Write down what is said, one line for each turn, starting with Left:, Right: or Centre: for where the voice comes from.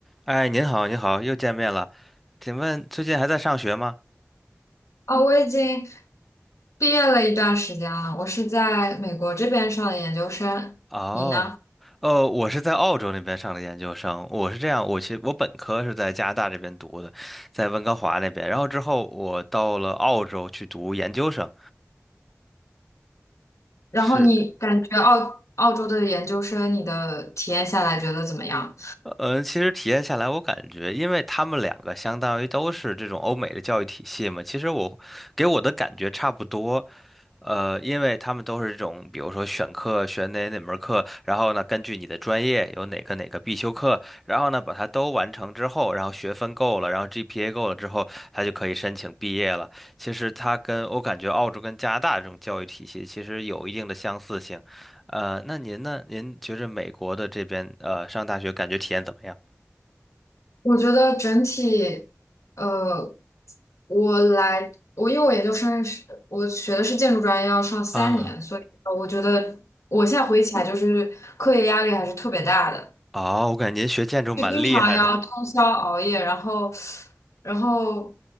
Centre: 哎，您好，您好，又见面了。请问最近还在上学吗？
Left: 哦，我已经毕业了一段时间了，我是在美国这边上的研究生，
Centre: 哦，
Left: 你呢？
Centre: 哦，我是在澳洲那边上的研究生。我是这样，我其实我本科是在加拿大这边读的，在温哥华那边。然后之后我到了澳洲去读研究生。
Left: 然后你感觉澳澳洲的研究生，
Centre: 是，
Left: 你的体验下来觉得怎么样？
Centre: 呃，其实体验下来，我感觉，因为他们两个相当于都是这种欧美的教育体系嘛，其实我给我的感觉差不多。呃，因为他们都是这种，比如说选课选哪哪门课，然后呢，根据你的专业有哪个哪个必修课，然后呢，把它都完成之后，然后学分够了，然后 GPA 够了之后，他就可以申请毕业了。其实它跟我感觉澳洲跟加拿大这种教育体系其实有一定的相似性。呃，那您呢？您觉着美国的这边呃上大学感觉体验怎么样？
Left: 我觉得整体，呃，我来，我因为我研究生是我学的是建筑专业，要上三年，
Centre: 啊，
Left: 所以呃我觉得我现在回忆起来，就是课业压力还是特别大的。
Centre: 哦，我感觉您学建筑蛮厉害的
Left: 就经常要通宵熬夜，然后，然后